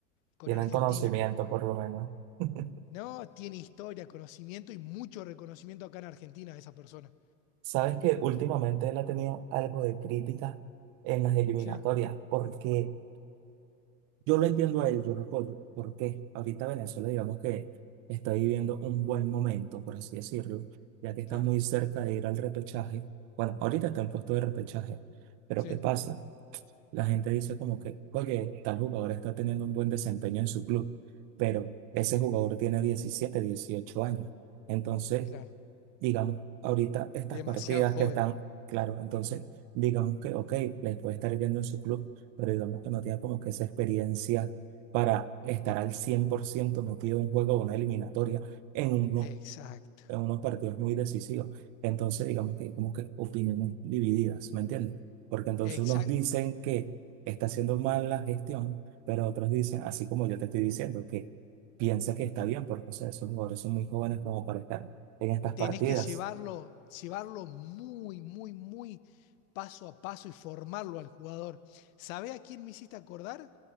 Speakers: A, on the left; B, on the right.
A: con
B: tienen
A: Argentina.
B: conocimiento por lo menos. <laughs>
A: No, tiene historia, conocimiento y mucho reconocimiento acá en Argentina esa persona.
B: Sabes que últimamente él ha tenido algo de crítica en las eliminatorias,
A: Sí,
B: porque Yo lo entiendo a él, yo lo apoyo, porque ahorita Venezuela, digamos que está viviendo un buen momento, por así decirlo, ya que está
A: claro,
B: muy cerca de ir al repechaje. Bueno, ahorita está en puesto de repechaje, pero
A: sí,
B: ¿qué pasa? La gente dice como que, oye, tal jugador está teniendo un buen desempeño en su club, pero ese jugador tiene 17 18 años. Entonces,
A: claro.
B: digamos, ahorita estas
A: Demasiado
B: partidas
A: joven.
B: que están, claro, entonces, digamos que, ok, les puede estar yendo en su club, pero digamos que no tiene como que esa experiencia para estar al 100% metido en un juego o una eliminatoria en unos,
A: Exacto,
B: en unos partidos muy decisivos. Entonces, digamos que hay como que opiniones divididas, ¿me entiendes? Porque entonces
A: exacto.
B: unos dicen que está haciendo mal la gestión, pero otros dicen, así como yo te estoy diciendo, que piensa que está bien, porque o sea, esos jugadores son muy jóvenes como para estar en estas
A: Tenés
B: partidas.
A: que llevarlo, llevarlo muy, muy, muy paso a paso y formarlo al jugador. ¿Sabés a quién me hiciste acordar?